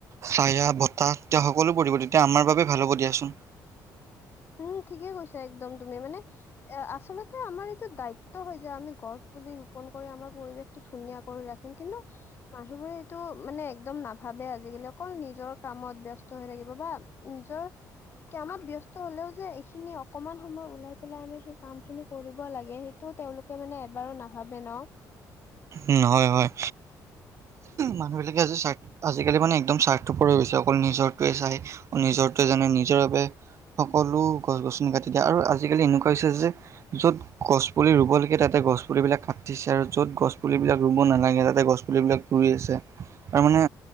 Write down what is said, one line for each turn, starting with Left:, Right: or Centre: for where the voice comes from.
Right: হায়া বতাহ তেতিয়া সকলো পৰিব তেতিয়া আমাৰ বাবে ভাল হ'ব দিয়াচোন।
Left: উম ঠিকে কৈছা একদম তুমি, মানে- এ আচলতে আমাৰ এইটো দায়িত্ব হয় যে আমি গছ পুলি ৰোপন কৰি আমাৰ পৰিৱেশ ধুনিয়া কৰি ৰাখিম, কিন্তু- মানুহবোৰে এইটো মানে একদম নাভাবে আজিকালি, অকল নিজৰ কামত ব্যস্ত হৈ থাকিব বা- নিজৰ কামত ব্যস্ত- ট হ'লেও যে এইখিনি অকমান সময় উওলাই পেলাই আমি সেই কাম খিনি কৰিব লাগে তো তেওঁলোকে মানে এবাৰো নাভাবে ন?
Right: উ হয় হয়, মানুহ বিলাকে আজি চাৰ্ট আজিকালি মানে একদম চাৰ্ট- অকল নিজৰটোৱে চাই, নিজৰে জানে, নিজৰ বাবে- সকলো গছ-গছনি কাটি দিয়ে, আৰু আজিকালি এনেকুৱা হৈছে যে- য'ত গছ পুলি ৰুব লাগে তাতে গছ পুলি বিলাক কাটিছে আৰু য'ত গছ- পুলিবিলাক ৰুৱ নালাগে যাতে গছ পুলিবিলাক ৰুই আছে তাৰমানে।